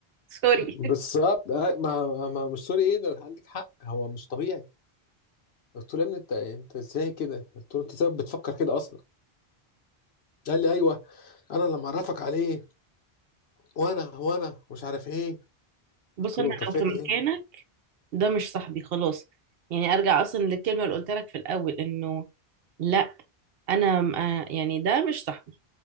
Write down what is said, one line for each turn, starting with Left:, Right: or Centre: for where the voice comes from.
Right: سوري
Left: بالظبط آه، ما ما مش سوري ايه ده عندك حق هو مش طبيعي قلت له يا ابني انت انت ازاي كده قلت له انت ازاي بتفكر كده اصلا قال لي ايوه انا لما اعرفك عليه وانا وانا مش عارف ايه
Right: بص
Left: قلت
Right: انا
Left: له
Right: لو
Left: طب في
Right: في
Left: ايه
Right: مكانك ده مش صاحبي خلاص يعني ارجع اصلا للكلمة اللي قلت لك في الاول انه لا انا م- آه، يعني ده مش صاحبي